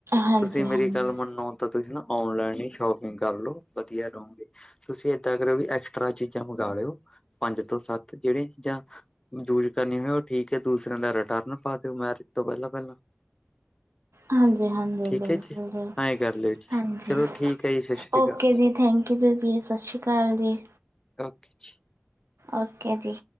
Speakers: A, on the right; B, on the left.
A: ਹਾਂਜੀ
B: ਤੁਸੀਂ ਮੇਰੀ
A: ਹਾਂਜੀ
B: ਗੱਲ ਮੰਨ ਲਓ ਤਾਂ ਤੁਸੀਂ ਨਾ ਔਨਲਾਈਨ ਈ ਸ਼ੋਪਿੰਗ ਕਰ ਲੋ ਵਧੀਆ ਰਓਂਗੇ ਤੁਸੀਂ ਏਦਾਂ ਕਰੋ ਵੀ ਐਕਸਟਰਾ ਚੀ- ਚੀਜ਼ਾਂ ਮੰਗ ਲਿਓ ਪੰਜ ਤੋਂ ਸੱਤ ਜੇਡੀਆ ਚੀਜ਼ਾਂ ਯੂਜ ਕਰਨੀ ਹੋਏ ਉਹ ਠੀਕ ਹੈ ਦੂਸਰਿਆਂ ਦਾ ਰਿਟਰਨ ਪਾ ਦਿਓ ਮੈਰਿਜ ਤੋਂ ਪਹਿਲਾਂ ਪਹਿਲਾਂ <inaudible>
A: ਹਾਂਜੀ ਹਾਂਜੀ
B: ਠੀਕ
A: ਬਿਲਕੁਲ
B: ਹੈ
A: ਜੀ
B: ਐਏਂ ਕਰ ਲਿਓ ਜੀ
A: ਹਾਂਜੀ
B: ਚਲੋ ਠੀਕ ਹੈ ਜੀ ਸਤਿ ਸ਼੍ਰੀ
A: ਓਕੇ
B: ਅਕਾਲ
A: ਜੀ ਥੈਂਕ ਜੀਜਾ ਜੀ ਸਤਿ ਸ਼੍ਰੀ ਅਕਾਲ ਜੀ
B: ਓਕੇ ਜੀ
A: ਓਕੇ ਜੀ